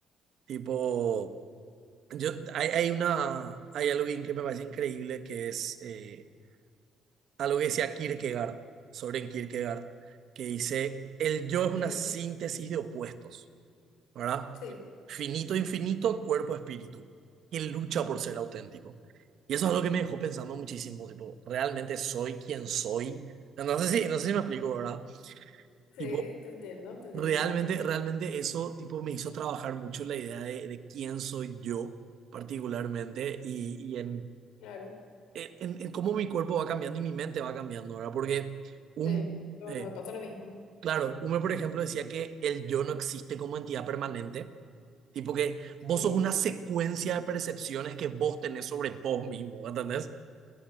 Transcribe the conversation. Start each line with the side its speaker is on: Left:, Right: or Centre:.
Right: tipo... Yo, hay, hay una, hay algo que me parece increíble que es eh, algo que decía Kierkegaard, Soren Kierkegaard, que dice, el yo es una
Left: Sí,
Right: síntesis de opuestos, ¿verdad?
Left: Sí,
Right: Finito, infinito, cuerpo, espíritu, que lucha por ser auténtico. Y eso es algo que me dejó pensando muchísimo, tipo, ¿realmente soy quien soy? No sé si, no sé si me explico, ¿verdad?
Left: sí,
Right: Tipo,
Left: te entiendo, te entiendo
Right: realmente,
Left: bastante.
Right: realmente eso, tipo, me hizo trabajar mucho la idea de, de quién soy yo particularmente y, y en
Left: Claro.
Right: en, en cómo mi cuerpo va cambiando y mi mente va cambiando, ¿verdad? Porque un,
Left: Sí, bueno,
Right: eh,
Left: me pasa lo mismo.
Right: claro, Hume, por ejemplo, decía que el yo no existe como entidad permanente, tipo que
Left: Sí,
Right: vos sos una secuencia de percepciones que vos tenés sobre vos mismo, ¿entendés?